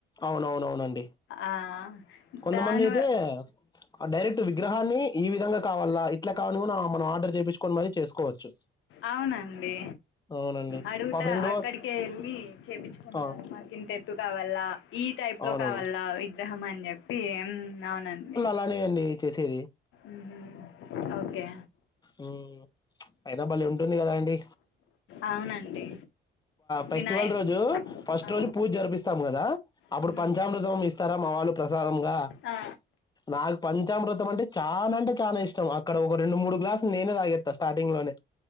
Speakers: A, on the left; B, on the left.
A: అవునవునవునండి
B: ఆ
A: కొంతమంది
B: దాని
A: అయితే
B: వ
A: డైరెక్ట్ విగ్రహాన్ని ఈ విధంగా కావాల అట్లా కావని మన మనం ఆర్డర్ చేయించుకొని మరీ చేసుకోవచ్చు
B: అవునండి
A: అవునండి
B: అడుగుతా
A: మా ఫ్రెండ్
B: అక్కడికే
A: వా
B: వెళ్ళి చేయిచ్చుకుంటారు
A: ఆ
B: మాకు ఇంత ఎత్తు కావాల ఈ టైప్లో
A: అవునవును
B: కావాల విగ్రహం అని చెప్పి అవునండి
A: <unintelligible> చేసియి
B: ఉహు ఓకే
A: మ్మ్ అయినా బళ్ళీ ఉంటుంది కదా అండి
B: అవునండి
A: ఫెస్టివల్
B: వినాయక్
A: రోజు ఫస్ట్
B: ఆ,
A: రోజు పూజ జరిపిస్తాం కదా అప్పుడు
B: అవునండి
A: పంచామృతం ఇస్తారా మా వాళ్ళు ప్రసాదంగా
B: ఆ
A: నాకు పంచామృతం అంటే చాలా అంటే చాలా ఇష్టం అక్కడ ఒక రెండు మూడు గ్లాసులు నేనే తగేస్తా స్టార్ంగ్ లోనే